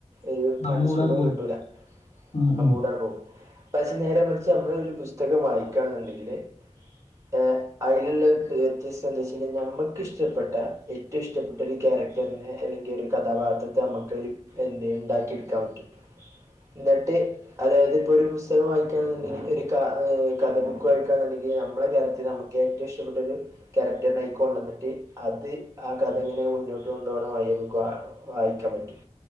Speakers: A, on the right (about 25°); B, on the left (about 75°).
A: ഒരു
B: നമ്മൂടാണ്
A: മനസ്സുഖം
B: പോകും
A: കിട്ടൂല.
B: ഉം
A: അ
B: ഉം
A: മൂടങ്ങട് പോവും പക്ഷേ നേരെ മറിച്ച് നമ്മൾ ഒരു പുസ്തകം വായിക്കാണ്‌ന്നുണ്ടെങ്കില് ഏ അതിലുള്ള ഒരു വ്യത്യസ്ത എന്തു വച്ചാൽ നമ്മക്കിഷ്ടപ്പെട്ട ഏറ്റവും ഇഷ്ടപ്പെട്ട ഒരു ക്യാരക്ടർ ടർനെ അല്ലെങ്കിൽ ഒരു കഥാപാത്രത്തെ അമ്മക്ക് എന്തയ്യും ണ്ടാക്കി എടുക്കാൻ പറ്റും ന്നട്ട് അതായത് ഇപ്പൊ ഒരു പുസ്തകം വായിക്കുകയാണെന്നുണ്ടെങ്കിൽ ഒരു കഥ ബുക്ക് വായിക്കുകയാ എന്നുണ്ടെങ്കിൽ നമ്മളെ കേരളത്തില് നമുക്ക് ഏറ്റവും ഇഷ്ടപ്പെട്ടത് ക്യാരക്ടറിനായിക്കൊണ്ടുവന്നിട്ട് അത് ആ കഥ ഇങ്ങനെ മുന്നോട്ട് കൊണ്ടുപോണ വഴി നോക്കാണ് വായിക്കാൻ പറ്റും.